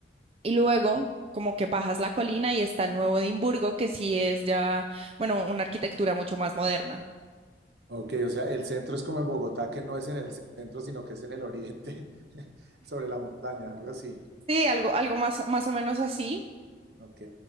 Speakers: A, on the right; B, on the right.
A: y luego... como que bajas la colina y está el nuevo Edimburgo, que sí es ya, bueno, una arquitectura mucho más moderna.
B: Ok, o sea, el centro es como en Bogotá, que no es en el centro, sino que es en el oriente, <laughs> sobre la montaña, algo así.
A: Sí, algo, algo más, más o menos así,
B: Ok.